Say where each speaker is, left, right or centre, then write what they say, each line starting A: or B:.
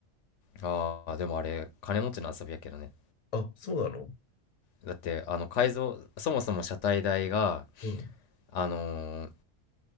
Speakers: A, on the left; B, on the left.
A: ああ、でもあれ、金持ちの遊びやけどね。
B: あ、そうなの
A: だって、あの、改造、そもそも車体代が、
B: うん。
A: あのー、